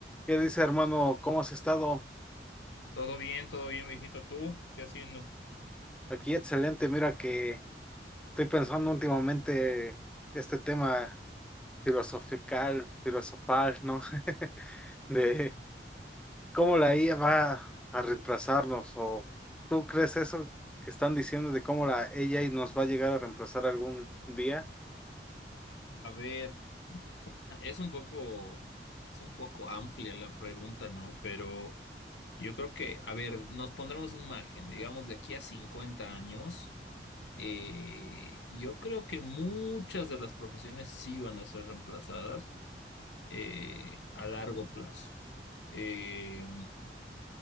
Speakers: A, in the centre; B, on the left.
A: ¿Qué dice, hermano? ¿Cómo has estado?
B: Todo bien, todo bien, viejito. ¿Tú qué haciendo?
A: Aquí excelente. Mira que estoy pensando últimamente este tema filosofical, filosofal, ¿no? <laughs> De cómo la IA va a reemplazarnos. ¿O tú crees eso que están diciendo de cómo la AI nos va a llegar a reemplazar algún día?
B: A ver, es un poco, es un poco amplia la pregunta, ¿no? Pero yo creo que, a ver, nos pondremos un margen, digamos, de aquí a 50 años. eh, yo creo que muchas de las profesiones sí van a ser reemplazadas eh, a largo plazo. Eh,